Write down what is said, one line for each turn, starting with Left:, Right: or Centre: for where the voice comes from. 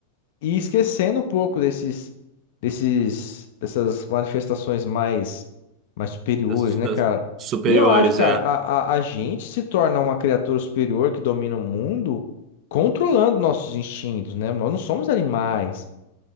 Left: e esquecendo um pouco desses, desses, dessas manifestações mais, mais superiores,
Right: Das,
Left: né,
Right: das
Left: cara?
Right: superiores,
Left: E eu acho, cara,
Right: é.
Left: a, a, a gente se torna uma criatura superior que domina o mundo controlando nossos instintos, né? Nós não somos animais.